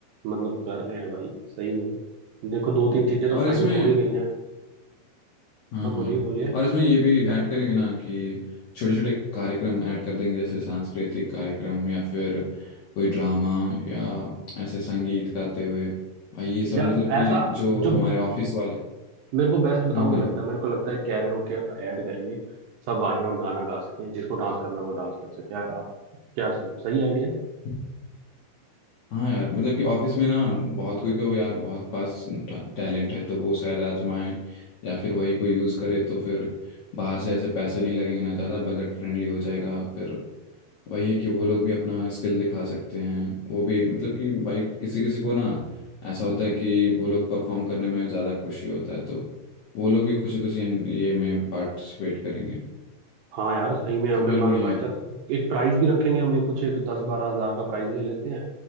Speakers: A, on the right (about 75°); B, on the left (about 75°).
A: मतलब कर रहे हैं भाई सही में देखो दो
B: हम्म,
A: तीन चीजें तो
B: और
A: फाइनल
B: इसमें
A: हो ही गई हैं
B: हाँ
A: हाँ
B: हाँ
A: बोलिए बोलिए
B: और इसमें ये भी ऐड करेंगे ना कि छोटे छोटे कार्यक्रम ऐड कर देंगे जैसे सांस्कृतिक कार्यक्रम या फिर कोई ड्रामा या ऐसे संगीत गाते हुए भाई ये सब
A: या
B: मतलब कि
A: ऐसा
B: जो
A: जो
B: हमारे ऑफिस वाले
A: मेरे को बेस्ट बताऊं
B: हम्म
A: क्या लगता है मेरे को लगता है कैरे होके ऐड करेंगे सब आए और गाना गा सकें जिसको डांस करना है वो डांस कर सके आप क्या सही आइडिया
B: हम्म हाँ यार मतलब कि ऑफिस में ना बहुत कोई को यार बहुत पास टैलेंट है तो वो शायद आजमाएं या फिर वही को यूज़ करे तो फिर बाहर से ऐसे पैसे नहीं लगेंगे ना ज़्यादा बजट फ्रेंडली हो जाएगा फिर वही है कि वो लोग भी अपना स्किल दिखा सकते हैं वो भी मतलब कि भाई किसी किसी को ना ऐसा होता है कि वो लोग परफॉर्म करने में ज़्यादा खुशी होता है तो वो लोग भी खुशी खुशी ये में पार्टिसिपेट करेंगे
A: हाँ यार सही में अगर
B: तो फिर
A: मान
B: बढ़िया
A: लो बाई
B: है।
A: चांस एक प्राइज भी रखेंगे हमें कुछ एक दस बारह हजार का प्राइज ले लेते हैं